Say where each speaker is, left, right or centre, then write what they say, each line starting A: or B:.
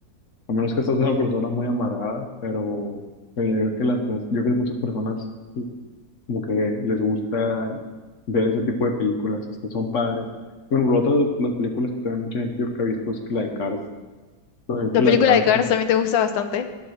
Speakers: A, on the left (about 50°); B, on the left (about 85°).
A: a menos que estás una persona muy amargada, pero, pero yo creo que las, pers- yo creo que muchas personas mm, como que les gusta ver ese tipo de películas, estas son padres. Bueno, por otra de las películas que también mucha gente yo creo que ha visto es que la de Cars, eh,
B: La
A: que
B: película
A: la de Cars,
B: de Cars
A: ¿no?
B: también te gusta bastante.